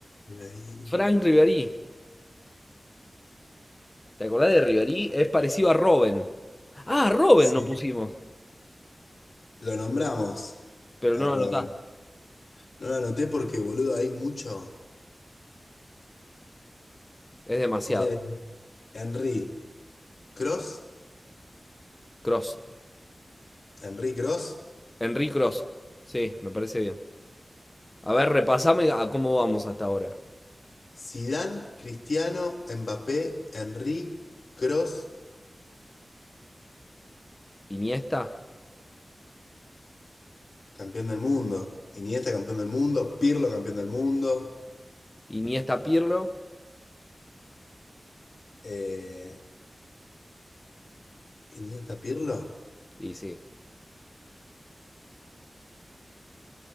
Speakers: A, on the left; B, on the left.
A: Ribery.
B: Frank Ribéry. ¿Te acordás de Ribéry? Es parecido a Robin. Ah, Robin
A: Sí,
B: no pusimos.
A: lo nombramos
B: Pero
A: a
B: no
A: Robin.
B: lo anotás.
A: No lo anoté porque, boludo, hay mucho.
B: Es demasiado.
A: Poner Henry Cross,
B: Cross.
A: Henry Cross,
B: Henry Cross. Sí, me parece bien. A ver, repasame a cómo vamos hasta ahora.
A: Zidane, Cristiano, Mbappé, Henry Cross.
B: Iniesta.
A: Campeón del mundo. Iniesta campeón del mundo. Pirlo campeón del mundo.
B: Iniesta Pirlo.
A: Eh, Iniesta Pirlo.
B: Y sí.